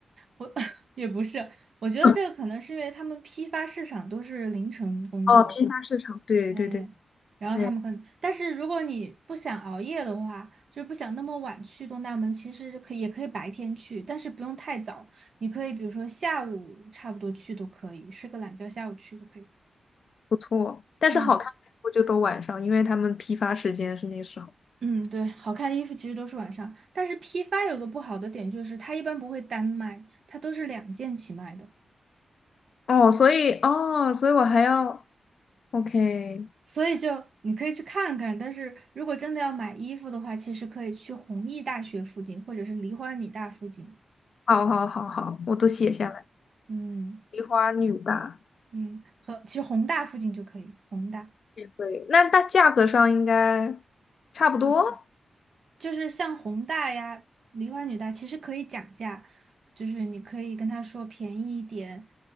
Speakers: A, on the right; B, on the left.
A: 我 <laughs> 也不是，我觉得这个可能是因为他们批发市场都是凌晨工作，
B: <laughs> 哦，批发市场，对对对
A: 嗯，然后他们可能，
B: 对，
A: 但是如果你不想熬夜的话，就是不想那么晚去东大门，其实可以也可以白天去，但是不用太早，你可以比如说下午差不多去都可以，睡个懒觉，下午去都可以。
B: 不错。但是好看的衣服就都晚上，
A: 嗯
B: 因为他们批发时间是那时候。
A: 嗯，对，好看的衣服其实都是晚上，但是批发有个不好的点就是它一般不会单卖，它都是两件起卖的，
B: 哦，所以哦，所以我还要 OK，
A: 所以就你可以去看看，但是如果真的要买衣服的话，其实可以去弘毅大学附近或者是梨花女大附近。
B: 好好好好，我都写下来。
A: 嗯。
B: 梨花女大
A: 嗯，和其实宏大附近就可以，宏大
B: 也会，那它价格上应该差不多。
A: 嗯，就是像宏大呀、梨花女大，其实可以讲价，就是你可以跟他说便宜一点，